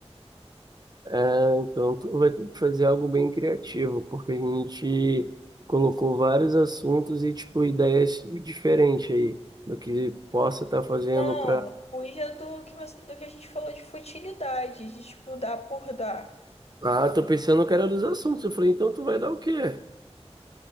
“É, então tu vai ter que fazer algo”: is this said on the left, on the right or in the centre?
Right